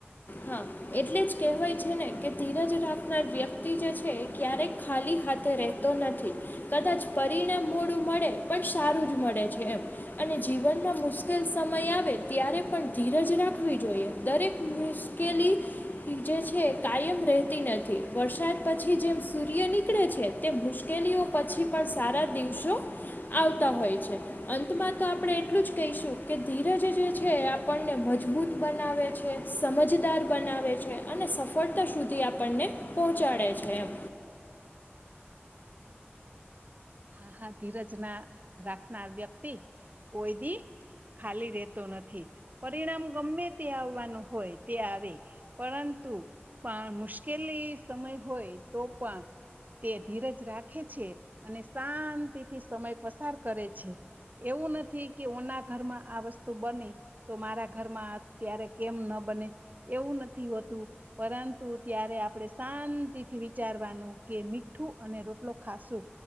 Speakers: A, on the left; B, on the right.
A: હા એટલે જ કહેવાય છે ને કે ધીરજ રાખનાર વ્યક્તિ જે છે ક્યારેક ખાલી રહેતો નથી કદાચ પરિણામ મોડું મળે પણ સારું જ મળે છે. અને જીવનમાં મુશ્કેલ સમય આવે ત્યારે પણ ધીરજ રાખવી જોઈએ દરેક કેલી જે છે કાયમ રેહતી નથી વરસાદ પછી જેમ સૂર્ય નીકળે છે. તે મુશ્કેલીઓ પછી પણ સારા દિવસો આવતા હોય છે. અંતમાં તો આપણે એટલું જ કહીશું કે ધીરજ જે છે એ આપણને મજબૂત બનાવે છે સમજદાર બનાવે છે અને સફળતા સુધી આપણને પહોંચાડે છે એમ.
B: હા હા ધીરજ ના રાખનાર વ્યક્તિ કોઈ દી ખાલી રહેતો નથી પરિણામ ગમે તે આવવાનું હોય તે આવે. પરંતુ પણ મુશ્કેલી સમય હોય તો પણ તે ધીરજ રાખે છે અને શાંતિથી સમય પસાર કરે છે. એવું નથી કે ઓના ઘરમાં આ વસ્તુ બની તો મારા ઘરમાં અત્યારે કેમ ન બને એવું નથી હોતું. પરંતુ ત્યારે આપણે શાંતિથી વિચારવાનું કે મીઠું અને રોટલો ખાસું